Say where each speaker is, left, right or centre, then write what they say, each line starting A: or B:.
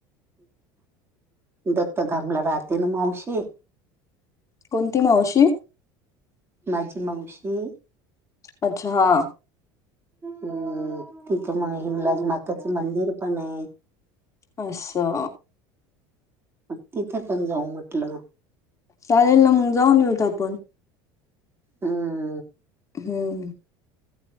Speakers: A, on the right (about 20°); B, on the left (about 30°).
A: दत्तधामला रात्रीन मावशी
B: कोणती मावशी
A: माझी मावशी
B: अच्छा हा
A: अम तिथे मग हिमलाज माताचं मंदिर पण आहे
B: अच्छा
A: मग तिथे पण जाऊ म्हटलं
B: चालेल ना मग जाऊन येऊत आपण
A: हम
B: हम्म